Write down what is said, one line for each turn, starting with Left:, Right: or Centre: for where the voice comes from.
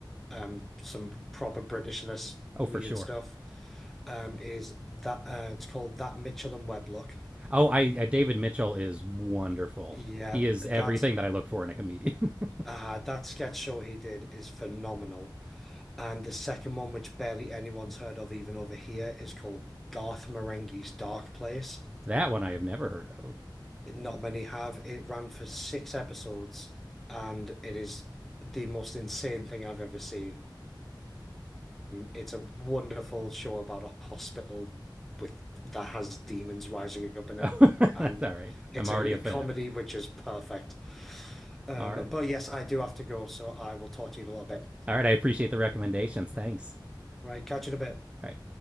Centre: um some proper Britishness
Right: Oh,
Centre: weird
Right: for sure.
Centre: stuff. Um, is that uh, it's called That Mitchell and Webb Look.
Right: Oh, I uh, David Mitchell is wonderful.
Centre: Yeah,
Right: He is
Centre: that
Right: everything that I look for in a comedian. <laughs>
Centre: uh, that sketch show he did is phenomenal. And the second one, which barely anyone's heard of even over here, is called Garth Marenghi's Dark Place.
Right: that one I have never heard of.
Centre: Not many have. It ran for six episodes, and it is the most insane thing I've ever seen. It's a wonderful show about a hospital with that has demons rising up in it.
Right: Oh, <laughs>
Centre: And
Right: that's all right.
Centre: it's
Right: I'm already
Centre: a,
Right: a
Centre: a comedy
Right: fan.
Centre: which is perfect. Um,
Right: All right.
Centre: but yes, I do have to go, so I will talk to you in a little bit.
Right: All right. I appreciate the recommendations. Thanks.
Centre: Right. Catch you in a bit.
Right: All right.